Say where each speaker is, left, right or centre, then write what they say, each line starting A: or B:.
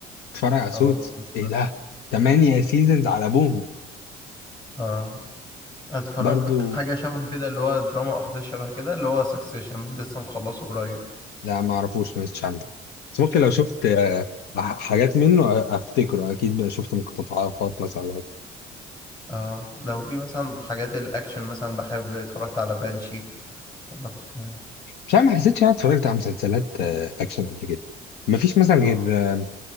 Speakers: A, on the left; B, on the left.
A: اتفرج على
B: خلاص
A: سوتس ايه ده تمانية سيزونز على ابوهم
B: اه اتفرجت
A: برضو
B: حاجة شبه كده اللي هو دراما واحداث شبه كده اللي هو سكسيشن لسه مخلصه قريب
A: لا ما اعرفوش ما عارف بس ممكن لو شفت آه، ح- حاجات منه أ- افتكره اكيد بقى شفت مقتطفات مثلا ولا حاجة.
B: اه لو في مثلا حاجات الاكشن مثلا بحب اتفرجت على بانشي اتفرجت
A: مش عارف ما حسيتش إن انا اتفرجت على مسلسلات آه، اكشن قبل كده ما فيش مثلا غير
B: آه،
A: آه،